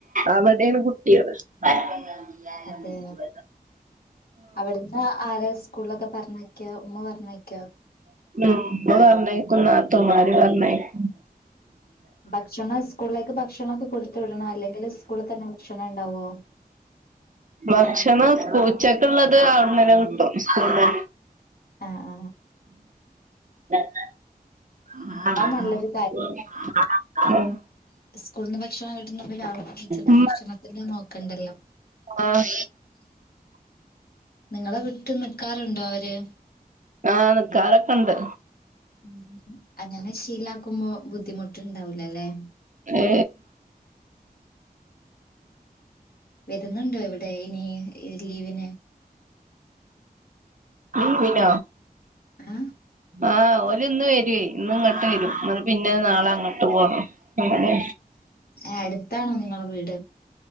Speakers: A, on the right; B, on the left.
A: അവിടെയാണ് കുട്ടികള് പപ്പ
B: അതെ അവിടുന്ന് ആരാ സ്കൂളിലൊക്കെ പറഞ്ഞക്ക ഉമ്മ പറഞ്ഞക്ക
A: ഉ വർ നക്കും നത്ത മാരി വർ നയിക്കും
B: ഭക്ഷണം സ്കൂളിലേക്ക് ഭക്ഷണൊക്കെ കൊടുത്തു വിടണോ അല്ലെങ്കില് സ്കൂളിൽ തന്നെ ഭക്ഷണം ഉണ്ടാവോ
A: ഭക്ഷണംച്ചക്ക ഉള്ളത് അവിടുന്നന്നെ കിട്ടും സ്കൂള
B: ആ ആ
A: ആ ആ
B: അത് നല്ലൊരു
A: ഉ
B: സ്കൂള നിന്ന് ഭക്ഷണം കിട്ടുന്നു വർത്തിച്ചത്
A: ഉമ്മ
B: ഭക്ഷണത്തി നോക്കണ്ടല്ലോ
A: ആഹ്
B: നിങ്ങളെ വിട്ട് നിക്കാറുണ്ടോ അവര്
A: ആ നിക്കാറൊക്കെ ഇണ്ട്
B: ഉ അങ്ങനെ ശീലാക്കുമ്പോ ബുദ്ധിമുട്ട്ണ്ടാവൂലല്ലേ
A: ഏ
B: വരുന്നുണ്ടോ ഇവിടെ ഇനി ലീവിന്
A: വിന
B: ആ
A: ആ ഓല് ഇന്ന് വരവേ ഇന്ന് ഇങ്ങോട്ട് വരും എന്ന പിന്നെ നാളെ അങ്ങോട്ട് പോണം അങ്ങനെ
B: ആ അടുത്താണോ നിങ്ങളടെ വീട്